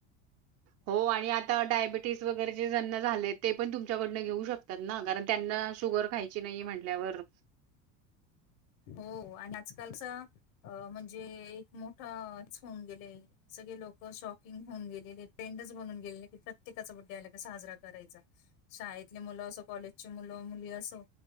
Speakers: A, on the right; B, on the left.
A: हो आणि आता डायबेटीस वगैरे जे ज्यांना झाले, ते पण तुमच्याकडनं घेऊ शक त्यंना कारण त्यांना शुगर खायची नाही म्हटल्यावर
B: हो आणि आजकालचा अ‌ म्हणजे एक मोठाच होऊन गेलय. सगळे लोक शॉकिंग होऊन गेलेलेत. ट्रेंडच बनून गेलेले, प्रत्येकाचा बड्डे आला की, साजरा करायचा. शाळेतले मुलं असो, कॉलेजचे मुलं, मुली असो